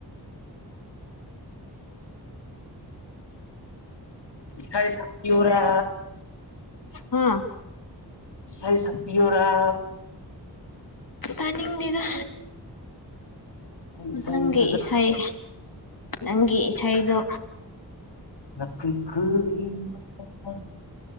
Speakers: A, on the left (about 80°); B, on the left (about 55°).
A: ꯍꯁ ꯄꯌꯔ
B: ꯍꯥ
A: ꯁꯥꯏ ꯁ ꯄꯤꯌꯔꯥ
B: ꯇꯅꯤꯡꯗꯗ
A: ꯑꯩ ꯏꯁꯩ
B: ꯅꯪꯒꯤ
A: ꯐꯖ
B: ꯏꯁꯩ ꯅꯪꯒꯤ ꯏꯁꯩꯗꯣ
A: ꯂ ꯈ